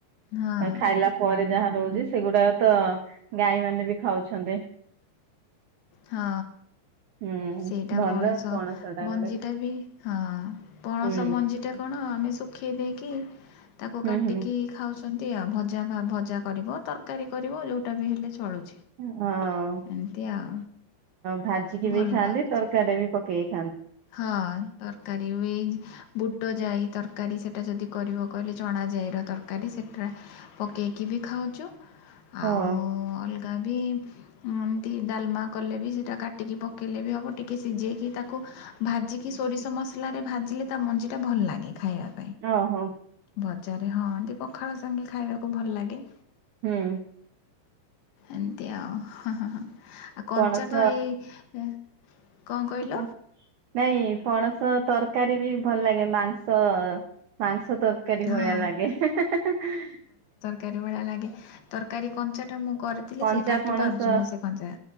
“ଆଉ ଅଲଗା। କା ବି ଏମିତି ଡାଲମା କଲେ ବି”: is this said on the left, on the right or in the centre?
Left